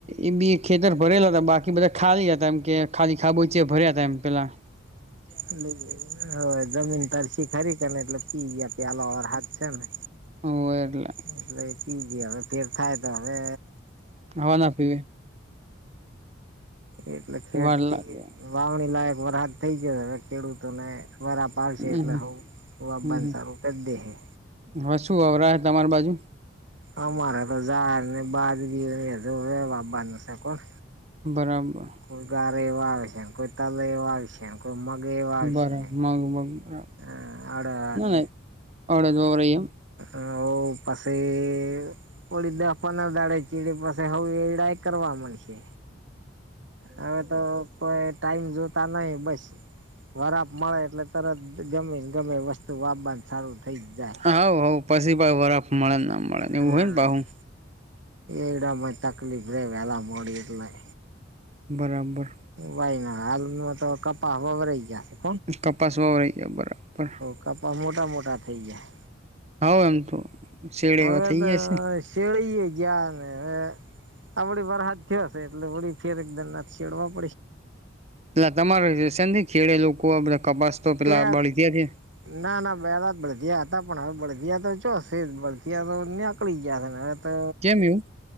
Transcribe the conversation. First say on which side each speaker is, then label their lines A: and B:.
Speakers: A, on the right; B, on the right.
A: એ બી ખેતર ભરેલા હતા, બાકી બધા ખાલી હતા. એમ કે, ખાલી ખાબોચિયાં છે, ભર્યા હતા એમ પેલાં
B: એટલે હવે જમીન તરસી ખરીખ ને, એટલે લપસી ગયા પ્યાલોર વરસાદ. છેને.
A: હ, હોરલે.
B: એટલે પી ગયા હવે, ફેર થાય તો હમે.
A: હવા ના પીવે.
B: એટલે ખેતીતી
A: વાર લાગે
B: વાવણી લાયક વરહાદ થઇ ગયો હવે, ખેડૂતોને વરા બાાર
A: હમ
B: શેટ લવ અ
A: હમ
B: બનસારું કરી દેેૈ.
A: હવે શું અરા, તમારી બાજુ?
B: અમારે તો જારને બાદે વાબાનું છે કોણ
A: બરાબર.
B: કોઈ ગારે એવવા આ આવશ્યક, કોઈ તલા એવા આ આવશ્યક.
A: બરાબર
B: <unintelligible>
A: મગ મગ બરાબર
B: આ અડદ
A: ના ના અડદ <unintelligible>
B: આ ઓવ પસીવ ઓલી દહ પંદર દાડે ચીડી પસી હાવ એડાય કરવા મંડશે. હવે તો કોઈ ટાઈમ જોતા નહીં, બસ વરાપ મળે એટલે તરત ગમે-ગમે ઈ વસ્તુ <unintelligible> સારું થઇ જ જાય.
A: હોવ-હોવ, પછી ભાઈ વરફ મળે ના મળે એવું
B: હા.
A: હોય ને પાહુ
B: એડા ભાઈ તકલીફ રેવે વેરા મોડી <unintelligible>
A: બરાબર.
B: વાય ના હાલ નું તો કપાહ <unintelligible>
A: કપાસવા <unintelligible>
B: કપાહ મોટા-મોટા થઈ જાય હે.
A: હોવ એમ તો શેડ
B: હવે
A: એવા થઈ
B: તો
A: ગયા
B: શેરડી એઈ ગયા ને હવે <unintelligible>
A: એલા તમારે <unintelligible> ખેડે લોકો આપણે કપાસ તો
B: ટેક
A: પેલા બળી ગયા હે
B: ના, ના <unintelligible> હતા, પણ હવે બળદિયા તો ચો સે જ, બળદિયા તો નીકળી ગયા હવે. તો
A: કેમ એવું